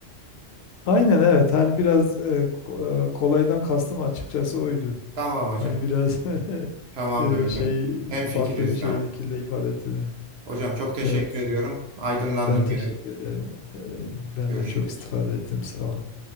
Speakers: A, on the left (about 70°); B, on the right (about 65°).
A: Aynen evet hani biraz e, ko- e, kolaydan kastım açıkçası oydu.
B: Tamam hocam.
A: Hani biraz <laughs>
B: Tamamdır
A: e,
B: hocam.
A: şey
B: Hemfikiriz
A: farklı bir şekilde
B: abi.
A: ifade ettim.
B: Hocam çok teşekkür
A: Evet
B: ediyorum. Aydınlandım
A: ben teşekkür
B: gene.
A: ederim. E, Ben
B: Görüşürüz.
A: de çok istifade ettim sağ olun.